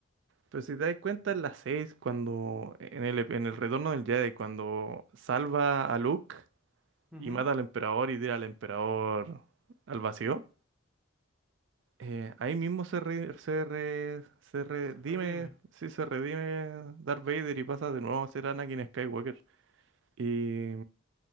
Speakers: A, on the right (about 60°); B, in the centre.
A: Pero si te das cuenta, en la 6 cuando en el, en el retorno del Jedi, cuando salva a Luke
B: Ujú.
A: y mata al emperador y tira al emperador al vacío, eh, ahí mismo se, re- se, re- se redime,
B: Se redime.
A: sí, se redime Darth Vader y pasa de nuevo a ser Anakin Skywalker. Y